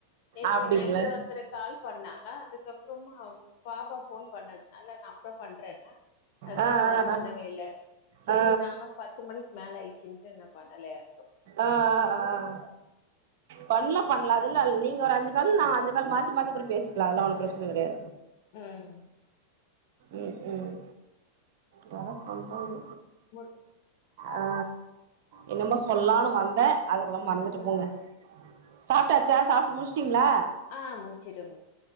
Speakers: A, on the left (about 50°); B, on the right (about 50°).
A: நேத்து
B: அப்டிங்களா
A: நைட்டு ஒருத்தருக் கால்ப் பண்ணாங்க அதுக் கப்றமா பாப்பா ஃபோன் பண்ணதுனால நா அப்றம் பண்றன்ன அதுக்கப்றோ
B: ஆ ஆ ஆ
A: அவுங் பண்ணவே இல்ல செரி
B: ஆ
A: நானும் பத் து மணிக் மேல ஆயிட்ச்சின்ட்டு நாப் பண்ணல யார்க்கு
B: ஆ ஆ ஆ ஆ பண்லா பண்லா அதுலால் நீங்க ஒரு அஞ்சு கால் நா அஞ்சு கால் மாத்தி மாத்தி கூட பேசிக்லா அதலா ஒன்னு பிரச் சன கெடயா
A: ம்
B: ம் ம் வேலப் பண்றாங்க
A: மு
B: ஆ என்னமோ சொல்லானு வந்தே அதுக்குள்ள மறந்துட்டு
A: ம்
B: போங்க சாப்ட்டாச்சா சாப்ட்டு முடிச்ட்டீங்ளா
A: ஆ முடிச்சிட்ட மு